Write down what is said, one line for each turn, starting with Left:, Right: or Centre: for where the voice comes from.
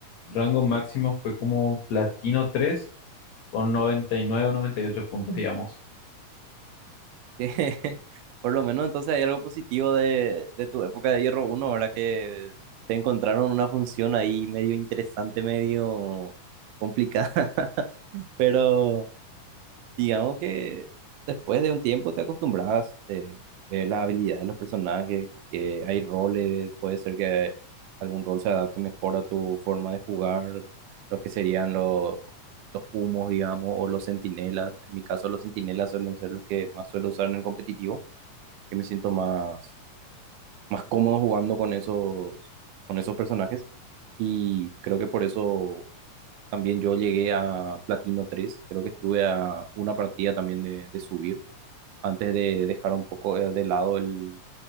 Left: rango máximo fue como platino 3 con 99 o 98 puntos, digamos.
Right: que <laughs> por lo menos entonces hay algo positivo de, de tu época de Hierro uno ahora que te encontraron una función ahí medio interesante, medio complicada, <laughs> pero digamos que después de un tiempo te acostumbras, eh, ver las habilidades de los personajes, que hay roles, puede ser que algún rol se adapte mejor a tu forma de jugar, los que serían los, los humos, digamos, o los centinelas. En mi caso, los centinelas suelen ser los que más suelo usar en el competitivo que me siento más, más cómodo jugando con esos, con esos personajes. Y creo que por eso también yo llegué a Platino tres Creo que estuve a una partida también de, de subir antes de dejar un poco eh, de lado el